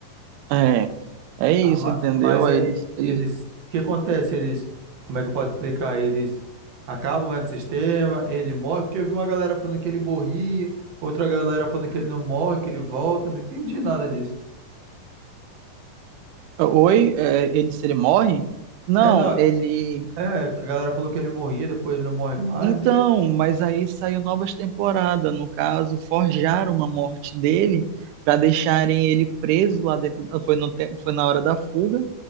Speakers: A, on the right; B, on the right.
A: É, é isso,
B: Ah, ma-
A: entendeu?
B: mas aí
A: Ele,
B: eles,
A: ele,
B: o que acontece? Eles, como é que eu posso explicar? Eles acabam ganhando o sistema, ele morre, porque eu vi uma galera falando que ele morria, outra galera falando que ele não morre, que ele volta, não entendi nada disso.
A: oi, é, ele, se ele morre? Não,
B: É, não,
A: ele
B: é, que a galera falou que ele morria, depois ele não morre mais,
A: Então,
B: entendi.
A: mas aí saiu novas temporadas, no caso, forjaram uma morte dele para deixarem ele preso lá dentro. ah, Foi, no, te- foi na hora da fuga.